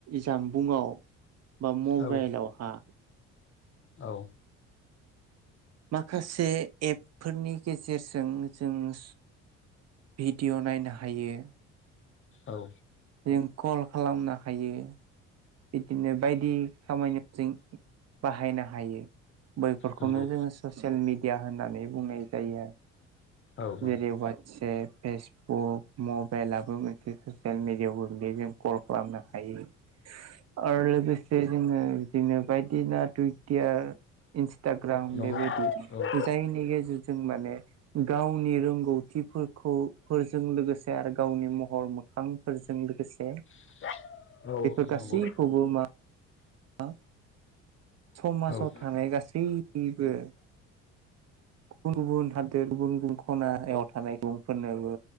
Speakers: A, on the right; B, on the left.
A: जामबुंआव बा मबाइलावहा
B: औ औ।
A: माखासे एपफोरनि गेजेरजों जोंङो भिडिय' नायनो हायो।
B: औ।
A: जों कल खालामनो हायो। बिदिनो बायदि खामानियाव जों बाहायनो हायो। बैफोरखौनो
B: नंगौ
A: जोङो ससियेल मिडिया होननानै बुंनाय जायो आरो।
B: औ नंगौ
A: जेरै वाटसेप। फेसबुक मबेलाबो मोनसे ससियेल मिडियाव गोग्लैयो जों कल खालामनो हायो आरो लोगोसे जोङो बिदिनो बायदि सिना टुइटियार इ न्सटाग्राम
B: नंगौ
A: बेबायदि
B: औ
A: जायनि गेजेरजों माने गावनि रोंगौथिफोरखौ फोरजों लोगोसे आरो गावनि महर मोखांफोरजों <unintelligible>
B: <unintelligible>
A: बेफोर गासैखौबो
B: नंगौ
A: मा <unintelligible> समाजाव
B: औ औ
A: थानाय गासैबो गुबुन-गुबुन हादोर गुबुन-गुबुन खनायाव थानाय सुबुंफोरनोबो